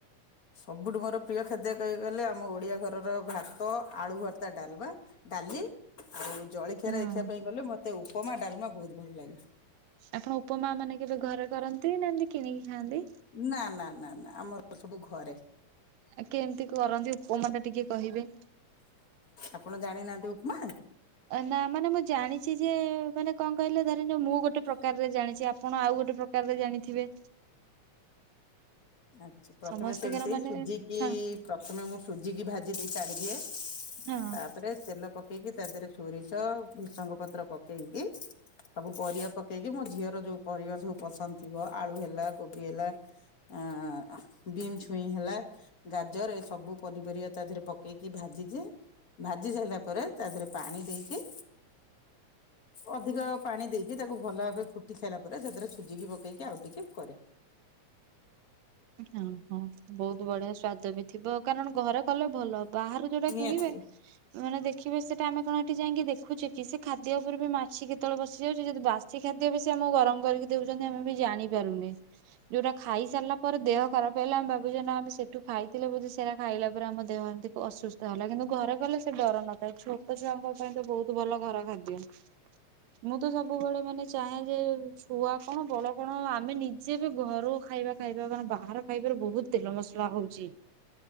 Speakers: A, on the left; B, on the right.
A: ସବୁଠୁ ମୋର ପ୍ରିୟ ଖାଦ୍ୟ କହିବାକୁ ଗଲେ ଆମ ଓଡ଼ିଆ ଘରର ଭାତ ଆଳୁ ଭର୍ତ୍ତା ଡାଲବା। ଡାଲି ଆଉ ଜଳିଖିଆରେ
B: ହଁ
A: ଦେଖିବା ପାଇଁ ଗଲେ ମତେ ଉପମା ଡାଲମା ବହୁତ ଭଲ ଲାଗେ।
B: ଆପଣ ଉପମା ମାନେ କେବେ ଘରେ କରନ୍ତି ନା ଏମିତି କିଣିକି ଖାଆନ୍ତି?
A: ନା ନା ନା ନା ଆମର ସବୁ ଘରେ।
B: ଆ କେମିତି କରନ୍ତି ଉପମା ଟା ଟିକେ କହିବେ?
A: ଆପଣ ଜାଣିନାହାନ୍ତି ଉପମା।
B: ନା ମାନେ ମୁଁ ଜାଣିଚି ଯେ ମାନେ କଣ କହିଲେ ଧରିନିଅ ମୁଁ ଗୋଟେ ପ୍ରକାରରେ ଜାଣିଚି ଆପଣ ଆଉ ଗୋଟେ ପ୍ରକ କାବେ ଜାଣିଥିବେ।
A: ଆଚ୍ଛା ପ୍ରଥମେ
B: ସମସ୍ତିଙ୍କର
A: ସେମିତି
B: ମାନେ
A: ସୁଜିକି
B: ହଁ
A: ପ୍ରଥମେ ମୁଁ ସୁଜିକି ଭାଜି ଦେଇ କାଢିଦିଏ ତାପରେ
B: ହଁ
A: ତେଲ ପ କେଇକି ତା ଦେହରେ ସୋରିଷ ଭୃସଙ୍ଗ ପତ୍ର ପକେଇକି ସବୁ ପରିବା ପକେଇକି ମୋ ଝିଅର ଯୋଉ ପରିବା ସବୁ ପସନ୍ଦ ଥିବ ଆଳୁ ହେଲା କୋବି ହେଲା ଆଁ ବିମ୍ ଛୁଇଁ ହେଲା ଗାଜର ଏ ସବୁ ପନିପରିବା ତା ଦେହରେ ପକେଇକି ଭାଜିଯିଏ ଭାଜି ସାଇଲା ପରେ ତା ଦେହରେ ପାଣି ଦେଇକି
B: <inaudible>
A: ଅଧିକ ପାଣି ଦେଇକି ତାକୁ ଭଲ ଭାବେ ଫୁଟି ସାଇଲା ପରେ ସେଥିରେ ସୁଜିକି ପକେଇକି ଆଉ ଟିକେ କରେ।
B: ହ ହଁ ବହୁତ ବଢିଆ ସୁ ସ୍ଵାଦ ବି ଥିବ କାରଣ ଘରେ କଲେ ଭଲ ବାହାରୁ ଯୋଉଟା
A: ନିହାତି
B: କିଣିବେ ମାନେ ଦେଖିବେ ସେଟା ଆମେ କଣ ଏଠି ଯାଇକି ଦେଖୁଚେ କି ସେ ଖାଦ୍ୟ ଉପରେ ବି ମାଛି କେତେବେଳେ ବସିଯାଉଚି ଯଦି ବାସ ସି ଖାଦ୍ୟ ବି ସେ ଆମକୁ ଗରମ କରିକି ଦେଉଚନ୍ତି ଆମେ ବି ଜାଣିପାରୁନି ଯୋଉଟା ଖାଇସାରିଲା ପରେ ଦେହ ଖରାପ ହେଲେ ଆମେ ଭାବୁଚେ ନା ଆମେ ସେଠୁ ଖାଇଥିଲେ ବୋଧେ ସେରା ଖାଇଲା ପରେ ଆମ ଦେହ ଏତିତି ଅସୁ ତ ହେଲା କିନ୍ତୁ ଘରେ କଲେ ସେ ଡର ନଥାଏ ଛୋଟ ଛୁଆଙ୍କ ପାଇଁ ତ ବହୁତ ଭଲ ଘର ଖାଦ୍ୟ। ମୁଁ ତ ସବୁବେଳେ ମାନେ ଚାହେଁ ଯେ ଛୁଆ କଣ ବଡ କଣ ଆମେ ନି ଯେବି ଘରୁ ଖାଇବା ଖାଇବା ମାନେ ବାହାର ଖାଇବାରେ ବହୁତ ତେଲ ମସଲା ହଉଛି।